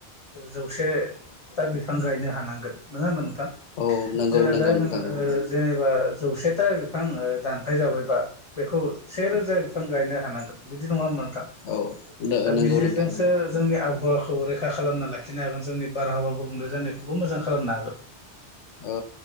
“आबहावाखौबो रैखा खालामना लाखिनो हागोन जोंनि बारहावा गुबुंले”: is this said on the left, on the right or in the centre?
Left